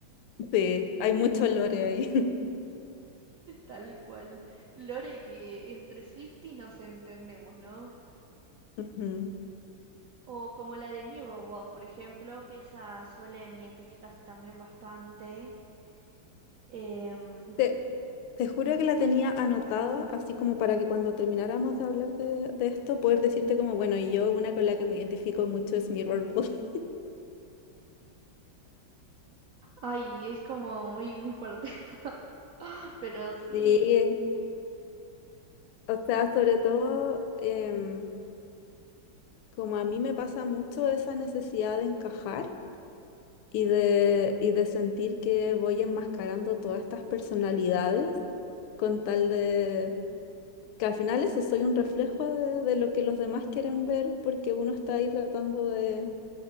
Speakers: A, on the left; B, on the right.
A: Sí, hay mucho lore ahí.
B: Tal cual. Lore que entre Swiftie nos entendemos, ¿no?
A: <laughs> Ujú.
B: O como la de Mirrorball por ejemplo, que esas suelen identificarse también bastante. Em,
A: Te- Te juro que la tenía anotada, así como para que cuando termináramos de hablar de, de esto, poder decirte como, bueno, y yo una con la que me identifico mucho es Mirrorwood. <laughs>
B: ay, es como muy, muy fuerte. <laughs> Pero sí.
A: Sí, o sea, sobre todo, em, como a mí me pasa mucho esa necesidad de encajar y de, y de sentir que voy enmascarando todas estas personalidades con tal de que al final eso soy un reflejo de, de lo que los demás quieren ver porque uno está ahí tratando de